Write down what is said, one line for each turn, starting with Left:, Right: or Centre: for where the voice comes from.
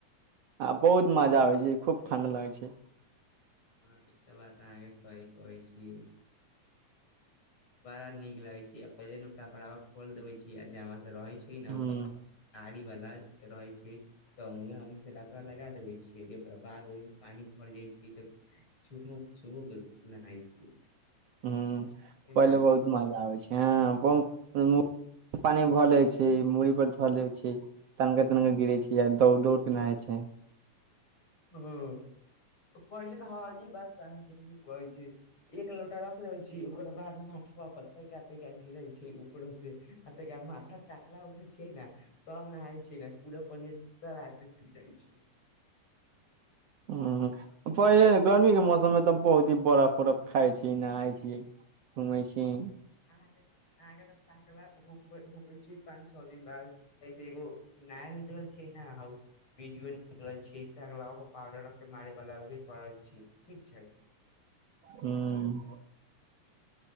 Right: आ बहुत मजा आबै छै खूब ठण्ड लगै छय
Left: हँ ई तऽ बात अहाँके सही कहै छियइ बड़ा नीक लागे छै आ पहिले न कपड़ा में खोल देे छी आ जामा रहै छै ने
Right: ह
Left: ओकर आड़ी वाला रहै छय तऽ उं हमनी से कपड़ा लगा देबे छियै ओकरा बाद ओहिमे पानी भर जाइ छैयै तऽ छुमुक छुमक नहाय छियै
Right: हूँ
Left: कि
Right: पहले
Left: ने
Right: बहुत मजा आबै छाए <unintelligible> मुड़ी पर ले छै, तनिका-तनिका गिरै छी, दौड़-दौड़ केना होइ छै।
Left: हूँ, पहिले तऽ ई बात तऽ अहाँकेँ नहि कहै छै। एक लोटा रख लेवे छी ओकरा बाद माथ पर तैका तैका गिर। ऊपरसँ आ तऽ माथा ताकला हो गेल छै ने, तखन ने छै पूरा पियर। सराक से चुकि जाइ छी
Right: ह, पहिले गर्मी के मौसम मे तखन बहुत बरफ-उरफ खाइ छी, नहाइ छी, घुमै छी।
Left: अहाँकेँ अहाँकेँ त टकलाकै छी पाँच छओ दिन बाद। से एगो नया निकल छै न हउ। वीडियो निकल छी पाउडरख के मारे बाला उहे करल छी ठीक छै।
Right: हूँ।